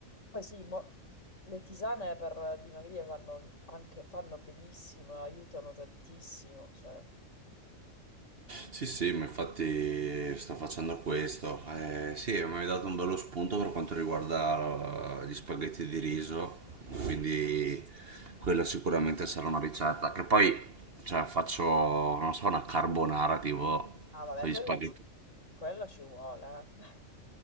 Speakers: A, on the left; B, on the right.
A: poi sì, mo- le tisane per dimagrire fanno anche fanno benissimo, aiutano tantissimo. Cioè...
B: Sì, sì, ma infatti sto facendo questo. Eh, sì, mi hai dato un bello spunto per quanto riguarda eh, gli spaghetti di riso, quindi quella sicuramente sarà una ricetta. Che poi, cioè, faccio, non so, una carbonara tipo
A: Ah, vabbè,
B: con
A: quella
B: gli spaghetti.
A: ci, quella ci vuole, eh. <laughs>